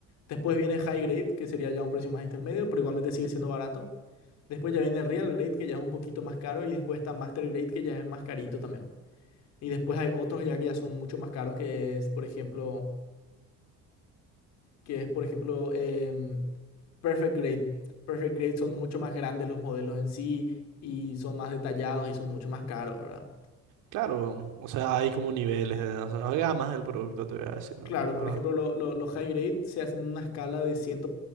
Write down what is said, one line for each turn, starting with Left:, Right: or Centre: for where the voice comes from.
Left: Después viene high grade, que sería ya un precio más intermedio, pero igualmente sigue siendo barato. Después ya viene real grade, que ya es un poquito más caro. Y después está master grade, que ya es más carito también. Y después hay otros ya que ya son mucho más caros, que es, por ejemplo que es, por ejemplo, em, Perfect Grade. Perfect Grade son mucho más grandes los modelos en sí y son más detallados y son mucho más caros, ¿verdad?
Right: claro, o sea, hay como niveles, de, o sea, hay gamas del producto, te voy a decir, ¿no?
Left: Claro,
Right: ¿Verdad?
Left: por ejemplo, lo- lo- los High Grade se hacen en una escala de, 100